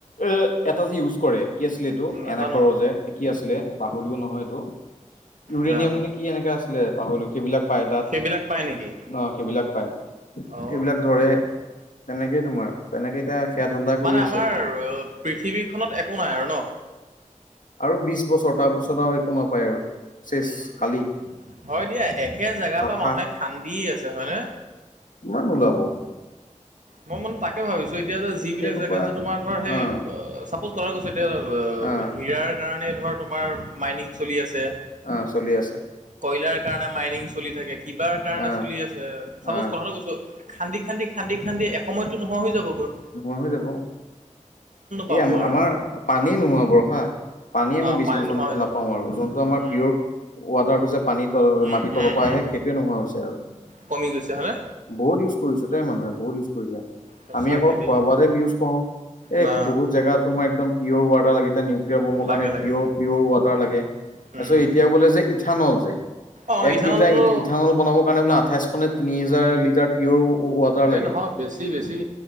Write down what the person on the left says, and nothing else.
এ এটা যে ইউজ কৰে কি আছিলেটো
এনে কৰ যে কি আছিলে পাহৰিলো নহয় এইটো ইউৰেনিয়াম
নে কি এনেকা আছিলে পাহৰিলো সেইবিলাক পাই তাত
অ' সেইবিলাক পায়
সেইবিলাক ধৰে তেনেকেই তোমাৰ তেনেকে এতিয়া সেয়া ধান্দা কৰি
আছে
আৰু বিশ বছৰ তাৰপিছত আৰু একো নাপায় আৰু। চেচ
খালী
চাফা
কিমান ওলাব।
সেই সোপা
আহ
আহ
অ, চলি আছে।
আহ
আহ
নোহোৱা হৈ যাব
এই আমাৰ
আমাৰ পানী নোহোৱা হ'ব ৰখা। পানী আমি
বেছি বছৰ
নাপাওঁ আৰু যোনটো আমাৰ
পিয়ৰ ৱাটাৰটো যে। পানী তল
মাটিৰ তলৰ
পৰা
আহে সেইটোয়ে নোহোৱা হৈছে আৰু।
বহুত ইউজ কৰিছো দে মানুহে বহুত ইউজ কৰিছে,
আমি আকৌ।
ইজ কৰো এ
বহুত জেগা তোমাৰ একদম পিয়ৰ ৱাটাৰ লাগি এটা নিউক্লিয়াৰ বমৰ
কাৰণে
পিয়ৰ পিয়ৰ ৱাটাৰ লাগে। তাৰপিছত
এতিয়া বোলে যে ইথানল যে।
এক
লিটাৰ ইথানল বনাবৰ কাৰণে বোলে আঠাইশনে তিনি হাজাৰ লিটাৰ পিয়ৰ। ৱাটাৰ লাগে।